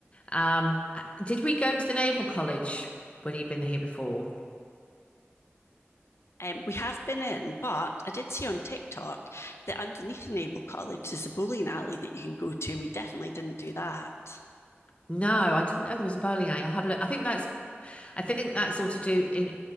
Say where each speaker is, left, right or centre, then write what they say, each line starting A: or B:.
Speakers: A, on the left; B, on the left.
A: Um, uh, did we go to the Naval College when you've been here before?
B: um, we have been in, but I did see on TikTok that underneath the Naval College is a bowling alley that you can go to, and we definitely didn't do that.
A: No, I didn't know there was a bowling alley. I'll have a look. I think that's I think that's all to do in